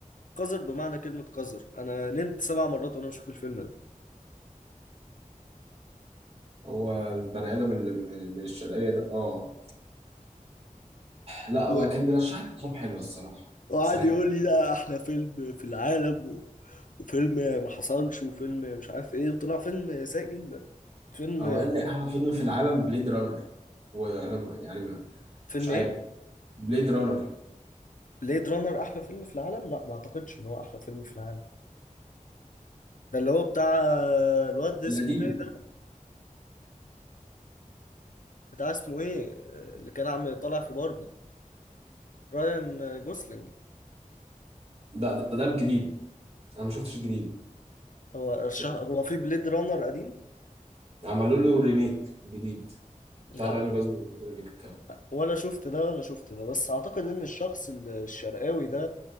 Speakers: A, on the left; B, on the right.
A: قذر بمعنى كلمة قذر أنا نمت سبع مرات وأنا بشوف الفيلم ده
B: هو البني ادم اللي من من الشرقية ده اه لا
A: و-
B: هو كان بيرشح لي افلام حلوه الصراحه
A: وقعد
B: ساعات
A: يقول لي ده احلى فيلم في العالم و... وفيلم ما حصلش وفيلم مش عارف ايه وطلع فيلم سيء جدا فيلم
B: هو قال لي احلى فيلم في العالم بليد رانر وانا ما- يعني ما-
A: فيلم
B: مش عارف
A: إيه؟
B: بليد رانر
A: بليد رانر أحلى فيلم في العالم؟ لا ما أعتقدش إن هو أحلى فيلم في العالم ده اللي هو بتاع الواد ده اسمه
B: القديم
A: إيه ده؟ بتاع اسمه إيه؟ اللي كان عم طالع في باربي رايان جوسلينج
B: ده ده, ده الجديد انا ما شفتش الجديد
A: هو الشهر
B: شفت
A: هو في بليد رانر قديم؟
B: عملوا له ريميك جديد
A: لا
B: بتاع راين
A: ما
B: جوزلينج الريميك بتاعه
A: ولا شفت ده ولا شفت ده بس اعتقد ان الشخص الشرقاوي ده